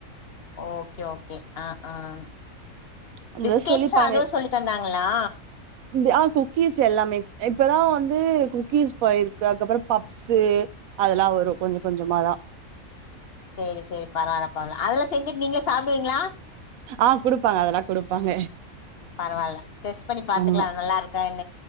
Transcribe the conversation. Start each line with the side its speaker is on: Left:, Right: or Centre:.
Left: ஓகே ஓகே ஆஹ் ஆஹ்
Right: அப்டிதா
Left: பிஸ்கேட்ஸ்
Right: சொல்லி பாரு
Left: அதுவு சொல்லி தந்தாங்களா
Right: இந்த- ஆ குக்கீஸ் எல்லாமே இப்பதா வந்து குக்கீஸ் போயிருக்கு அதுக்கப்பறோ பப்ஸ்சு அதெல்லா வரு கொஞ்சோகொஞ்சமாதா
Left: உஹும் பரவால்ல பரவால அதெல்லா செஞ்சுட்டு நீங்களே சாப்புடுவீங்களா
Right: ஆஹ் குடுப்பாங்க அதெல்லா குடுப்பாங்க
Left: பரவால்ல டெஸ்ட் பண்ணி பாத்துக்கலா
Right: ஆமா.
Left: நல்லா இருக்கா என்